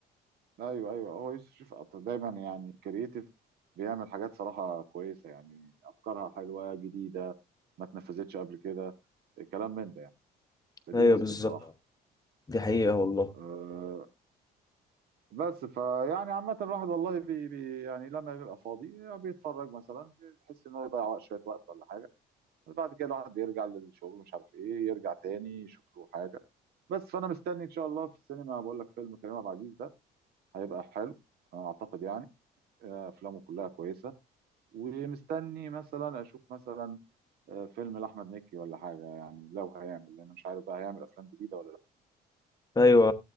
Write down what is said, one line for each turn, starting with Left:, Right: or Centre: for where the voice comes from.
Right: أيوه أيوه هو يوسف شوف دايما يعني كرييتيف بيعمل حاجات صراحة كويسة يعني أفكارها حلوة جديدة ما اتنفذتش قبل كده كلام من ده يعني فدي
Left: ايوه
Right: ميزته
Left: بالظبط
Right: بصراحة
Left: دي حقيقه والله
Right: أه بس فيعني عامة الواحد والله بي بي يعني لما بيبقى فاضي بيتفرج مثلا بيحس إن هو يضيع وقت شوية وقت ولا حاجة بعد كده الواحد بيرجع للشغل مش عارف إيه يرجع تاني يشوف له حاجة بس فانا مستني ان شاء الله في السينما بقول لك فيلم كريم عبد العزيز ده هيبقى حلو اعتقد يعني آه، افلامه كلها كويسه ومستني مثلا اشوف مثلا آه، فيلم لاحمد مكي ولا حاجه يعني لو هيعمل لان مش عارف بقى هيعمل افلام جديده ولا لا
Left: ايوه